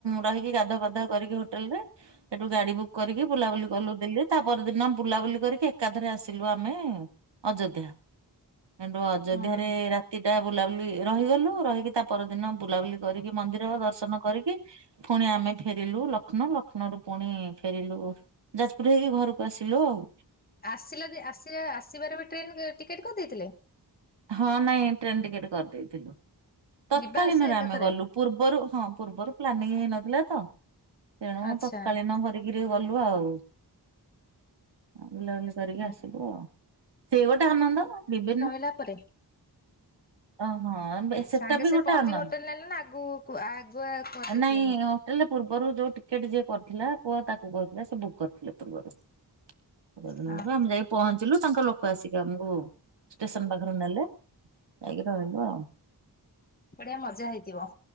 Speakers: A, on the right; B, on the left.
A: ରହିକି ଗାଧୁ ଫାଧା କରିକି ହୋଟେଲ ରେ ସେଠୁ ଗାଡି ବୁ କରିକି ବୁଲାବୁଲି କଲୁ ଦିଲ୍ଲୀରେ। ତା ପରଦିନ ବୁଲାବୁଲି କରିକି ଏକାଥରେ ଆସିଲୁ ଆମେ ଅଯୋଧ୍ୟା। ତେଣୁ ଅଯୋଧ୍ୟ
B: ହଁ।
A: ରେ ରାତି ଟା ବୁଲାବୁଲି ରହିଗଲୁ ରହିକି ତା ପରଦିନ ବୁଲାବୁଲି। କରିକି ମନ୍ଦିର ଦର୍ଶନ କରିକି ପୁଣି ଆମେ ଫେରିଲୁ ଲକ୍ଷ୍ନ ଲକ୍ଷ୍ନରୁୁ ପୁଣି ଫେରିଲୁ। ଯାଜପୁର ହେଇକି ଘରକୁ ଆସିଲୁ ଆଉ।
B: ଆସିଲା ଆସ ଆସିବାର ବି ଟ୍ରେନ୍ ଟିକେଟ୍ କରିଦେଇଥିଲେ।
A: ହଁ ନାଇଁ ଟ୍ରେନ ଟିକେଟ କରିଦେଇଥିଲୁ ତତ୍କାଳୀନରେ
B: ଯିବା ଆସିବା ଏକାଥରେ
A: ଆମେ ଗଲୁ। ପୂର୍ବରୁ ହଁ ପୂର୍ବରୁ ପ୍ଲାନିଂ ହେଇନଥିଲା ତ ତେଣୁ
B: ଆଚ୍ଛା
A: ତକାଳୀନ <unintelligible> କ ଗଲୁ ଆଉ ବୁଲାବୁଲି କରିକି
B: ହୁଁ।
A: ଆସିଲୁ ସେ ଗୋଟେ ଆନନ୍ଦ ବିଭିନ୍ନ।
B: ତା ପରେ
A: ଓହୋ ସେଟା
B: ସାଙ୍ଗେ
A: ବି
B: ସେ
A: ଗୋଟେ
B: ପହଞ୍ଚି
A: ଆନନ୍ଦ
B: ହୋଟେଲ ନେଲେ ନା ଆଗକୁ ଆଗୁଆ କରିଦେଇଥିଲ
A: ନାଇଁ।
B: ବୁକ୍?
A: ତାେଲେ ପୂର୍ବରୁ ଯୋଉ ଟିକେଟ ଯିଏ କରିଥିଲା ପୁଅ ତାକୁ କହୁଥିଲା ସେ ବୁକ୍ କରିଥିଲେ ପୂର୍ବରୁ ଦନ
B: ହଁ
A: <unintelligible> ଆମେ ଯାଇ ପହଞ୍ଚିଲୁ ତାଙ୍କ ଲୋକ ଆସିକି ଆମକୁ ଷ୍ଟେସନ ପାଖ ରୁ ନେଲେ ଯାଇକି ରହିଲୁ ଆଉ
B: ବଢି ଆ ମଜା ହେଇଥିବ